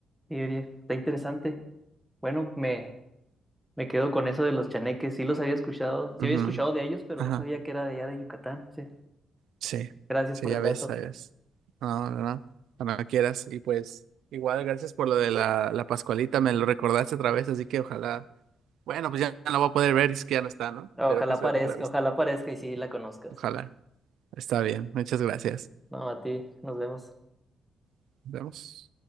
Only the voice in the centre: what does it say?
sí, Uriel, está interesante. Bueno, me, Me quedo con eso de los chaneques. Sí los había escuchado. Sí
había escuchado de ellos, pero
no sabía que era de allá de Yucatán. Sí.
Gracias
por
el
dato.
Ojalá
parezca,
ojalá parezca y sí la conozcas.
No, a ti. Nos vemos.